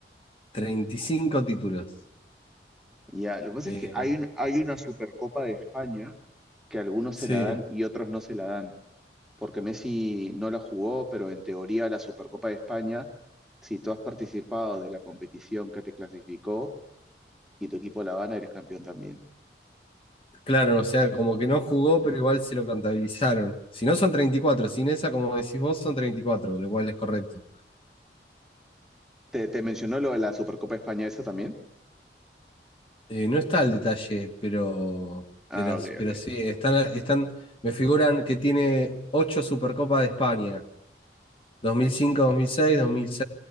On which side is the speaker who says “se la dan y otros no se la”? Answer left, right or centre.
Centre